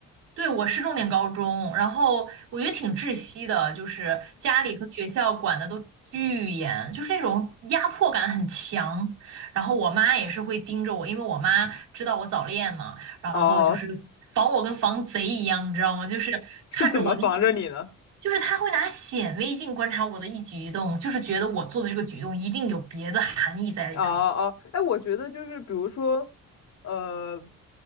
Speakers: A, on the right (about 75°); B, on the left (about 65°).
A: 对，我是重点高中，然后我觉得挺窒息的，就是家里和学校管的都巨严，就是那种压迫感很强。然后我妈也是会盯着我，因为我妈知道我早恋嘛，然后就是防我跟防贼一样，
B: 哦，
A: 你知道吗？就是看着我的一
B: 是怎么防着你呢？
A: 就是她会拿显微镜观察我的一举一动，就是觉得我做的这个举动一定有别的含义在里头。
B: 啊啊！哎，我觉得就是比如说，呃，